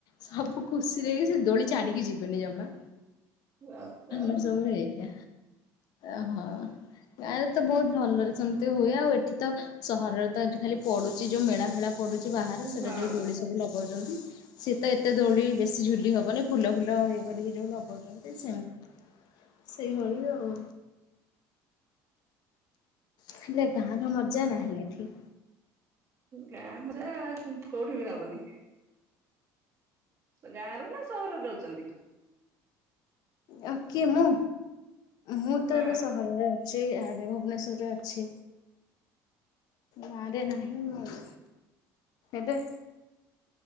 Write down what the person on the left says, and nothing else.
ସବୁ ଖୁସିରେ ଏଇ ସେ ଦୋଳି ଛାଡିକି ଯିବୁନି ଜମା।
ଆମର ସବୁ ଏଇଆ। ଅହଁ ଗାଁରେ ତ ବହୁତ ଭଲରେ ସେମିତି ହୁଏ। ଆଉ ଏଠି ତ ସହରରେ ତ ଏଠି ଖାଲି ପଡ଼ୁଚି ଯୋଉ ମେଳା ଫେଳା ପଡ଼ୁଚି ବାହାରେ ସେଟା
ଯୋଉ ଦୋଳି ସବୁ ଲାଗ୍ କହୁଚନ୍ତି। ସିଏ ତ ଏତ୍ ଏତେ ଦୌଳି ବେଶୀ ଝୁଲି ହବନି। ଫୁଲ ଫୁଲ ଇଏ କରିକି ଯୋଉ ଲଗଉଚନ୍ତି ସେମତି। ସେଇ ଭଳିଆ ଆଉ। ହେଲେ ଗାଁର ମଜା ନାହିଁ ଏଠି।
ଅ କିଏ ମୁଁ? ମୁଁ
ତ ଏବେ ସହରର। ସେ ଆରେ ଭୁବନେଶ୍ଵରରେ ଅଛି। ନାରେ ନାହିଁ ମୁଁ ଏବେ